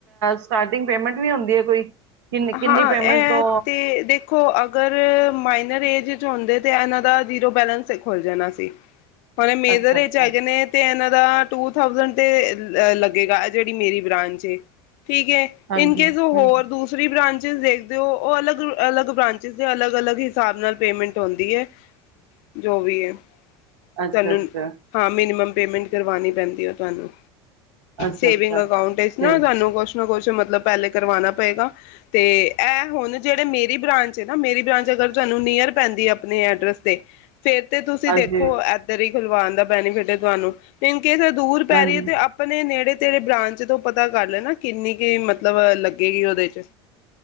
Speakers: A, on the right (about 80°); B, on the left (about 60°).
A: ਸਟਾਰਟਿੰਗ ਪੇਮੈਂਟ ਵੀ ਹੁੰਦੀ ਹੈ ਕੋਈ? ਕਿੰਨੀ ਕਿੰਨੀ
B: ਹਾਂ,
A: ਪੇਮੈਂਟ
B: ਇਹ
A: ਤੋਂ
B: ਤੇ ਦੇਖੋ ਅਗਰ ਮ ਏਹ ਚ ਹੁੰਦੇ ਤੇ ਇਹਨਾਂ ਦਾ ਜੀਰੋ ਬੈਲੈਂਸ ਖੁੱਲ ਜਾਣਾ ਸੀ। ਤੁਹਾਡੇ ਨੇਬਰ
A: ਅੱਛਾ ਅੱਛਾ
B: ਚ ਹੈਗੇ ਨੇ ਤੇ ਇਹਨਾਂ ਉਹਦਾ ਟੂ ਥਾਊਜੈਂਟ ਤੇ ਲੱਗੇਗਾ, ਜਿਹੜੀ ਮੇਰੀ ਬ੍ਰਾਂਚ ਸੀ। ਠੀਕ ਹੈ
A: ਹਾਂਜੀ
B: ਇਨ ਕੇਸ ਉਹ
A: ਹਾਂਜੀ
B: ਹੋਰ ਦੂਸ ਪ੍ਰੀ ਬ੍ਰਾਂਚਿਸ ਦੇਖਦੇ ਹੋ ਉਹ ਅਲੱਗ ਅਲਗ-ਬ੍ਰਾਂਚਿਸ ਦੇ ਅਲੱਗ-ਅਲੱਗ ਹਿਸਾਬ ਨਾਲ ਪੇਮੈਂਟ ਆਉਂਦੀ ਦੀ ਹੈ, ਜੋ ਵੀ ਐ,
A: ਅੱਛਾ
B: ਸਾਨੂੰ
A: ਅੱਛਾ
B: ਹਾਂ ਮਿਨੀਮਮ। ਪੇਮੈਂਟ ਕਰਵਾਣੀ ਪੈਂਦੀ ਹੈ ਤੁਹਾਨੂੰ।
A: ਅੱਛਾ
B: ਸੇਵਿੰਗ
A: ਅੱਛਾ
B: ਅਕਾਊਂਟ ਇਸ ਨਾ
A: ਤੇ
B: ਸਾਨੂੰ ਕੁਛ ਨਾ ਕੁਛ ਮਤਲਬ ਪਹਿਲੇ ਕਰਵਾਣਾ ਪਏਗਾ। ਤੇ ਐ ਹੁਣ ਜਿਹੜੇ ਮੇਰੀ ਬ੍ਰਾਂਚ ਏ ਨਾ ਮੇਰੀ ਬ੍ਰਾਂਚ ਅਗਰ ਤੁਹਾਨੂੰ ਨੀਅਰ ਪੈਂਦੀ ਹੈ ਆਪਣੇ ਐਡ ਰੈਸ ਤੇ ਫਿਰ ਤੇ ਤੁਸੀਂ
A: ਹਾਂਜੀ
B: ਦੇਖੋ ਇਧਰ ਹੀ ਖੁਲਵਾਉਣ ਦਾ ਬੈਨੀਫਿਟ ਹੈ ਤੁਹਾਨੂੰ <unintelligible> ਕਿਤੇ ਦੂਰ ਪੈ
A: ਹਾਂਜੀ
B: ਰਹੀ ਹੈ ਤੇ ਆਪਣੇ ਨੇੜੇ ਤੇੜੇ ਬ੍ਰਾਂਚ ਕਿਤੋਂ ਪਤਾ ਕਰ ਲੈਨਾ ਕਿੰਨੀ ਕੁ ਮਤਲਬ ਲੱਗੇਗੀ ਉਹਦੇ ਚ